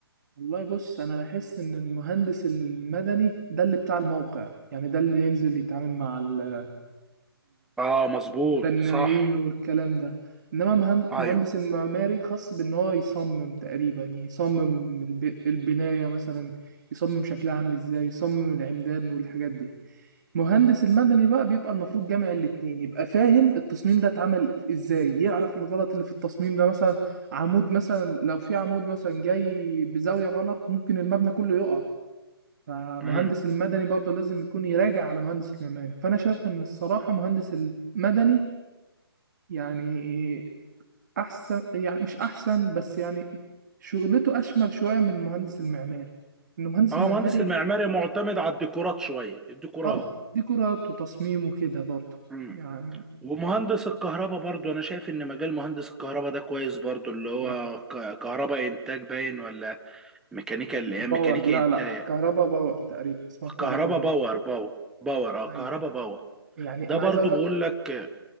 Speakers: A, on the right; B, in the centre.
A: والله بص أنا بحس إن المهندس المدني ده اللي بتاع الموقع يعني ده اللي ينزل يتعامل مع ال...
B: اه مظبوط
A: البنايين
B: صح
A: والكلام ده انما مهند-
B: ايوه
A: مهندس المعماري خاص بان هو يصمم تقريبا يصمم الب- البناية مثلا يصمم شكلها عامل ازاي يصمم العمدان والحاجات دي مهندس المدني بقى بيبقى المفروض جامع الاتنين يبقى فاهم التصميم ده اتعمل ازاي يعرف الغلط اللي في التصميم ده مثلا عمود مثلا لو في عمود مثلا جاي بزاوية غلط ممكن المبنى كله يقع فمهندس
B: امم
A: المدني برضه لازم يكون يراجع على مهندس المعماري فانا شايف ان الصراحه مهندس المدني يعني احسن يعني مش احسن بس يعني شغلته اشمل شويه من مهندس المعماري ان مهندس
B: اه
A: المعماري
B: مهندس المعماري معتمد على الديكورات شوية الديكورات
A: اه ديكورات وتصميم وكده برضه
B: امم
A: يعني
B: ومهندس الكهرباء برضو انا شايف ان مجال مهندس الكهرباء ده كويس برضو اللي هو
A: ما-
B: ك- كهرباء انتاج باين ولا ميكانيكا اللي هي
A: باور
B: ميكانيكا
A: لا
B: انتاج
A: لا كهربا باور تقريبا اسمها كهربا
B: كهرباء
A: باور
B: باور باور باور اه
A: ايوه
B: كهرباء باور
A: يعني
B: ده
A: انا
B: برضو
A: عايز اقول
B: بقول
A: لك
B: لك